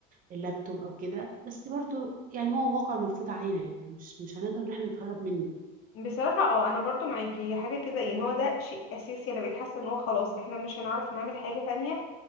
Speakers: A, on the right; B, on the left.
A: اللابتوب او كده بس برضو يعني هو واقع مفروض علينا يعني مش مش هنقدر ان احنا نتهرب منه
B: بصراحة اه انا برضو معاكي هي حاجة كده يعني هو ده شيء اساسي انا بقيت حاسة ان هو خلاص احنا مش هنعرف نعمل حاجة تانية